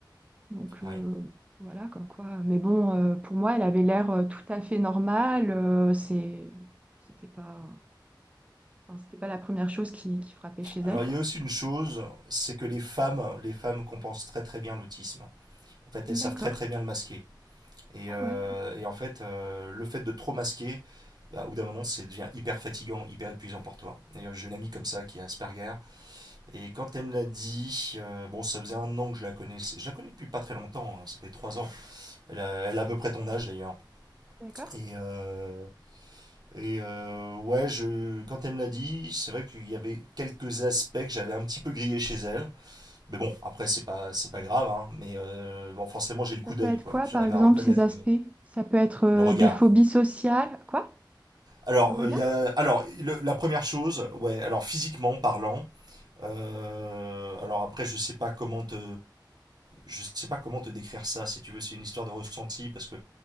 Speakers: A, on the right; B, on the right.
A: Donc euh,
B: oui.
A: voilà, comme quoi. Mais bon, euh, pour moi, elle avait l'air euh, tout à fait normale. euh, c'est, c'était pas, enfin, c'était pas la première chose qui, qui frappait chez elle,
B: Alors
A: quoi.
B: il y a aussi une chose, c'est que les femmes, les femmes compensent très très bien l'autisme. En fait, elles
A: D'accord.
B: savent très très bien le masquer. Et,
A: Ah
B: euh,
A: ouais,
B: et en fait, euh, le fait de trop masquer, bah, au bout d'un moment, c'est devient hyper fatigant, hyper épuisant pour toi. Et euh, j'ai une amie comme ça qui est Asperger. Et quand elle me l'a dit, euh, bon, ça faisait un an que je la connaissais. Je la connais depuis pas très longtemps, hein, ça fait trois ans. Elle a, elle a à peu près ton âge d'ailleurs.
A: d'accord.
B: Et, euh, et euh, ouais, je, quand elle me l'a dit, c'est vrai qu'il y avait quelques aspects que j'avais un petit peu grillé chez elle. Mais bon, après, c'est pas, c'est pas grave, hein, mais euh, bon, forcément, j'ai le coup
A: Ça peut
B: d'œil,
A: être
B: quoi.
A: quoi,
B: J'arrive
A: par exemple,
B: à reconnaître
A: ces aspects?
B: euh,
A: Ça peut être euh,
B: le regard.
A: des phobies sociales, quoi?
B: Alors,
A: Le regard?
B: euh, il y a, alors le- la première chose, ouais, alors physiquement parlant, euh, alors après, je sais pas comment te, je sais pas comment te décrire ça, si tu veux, c'est une histoire de ressenti, parce que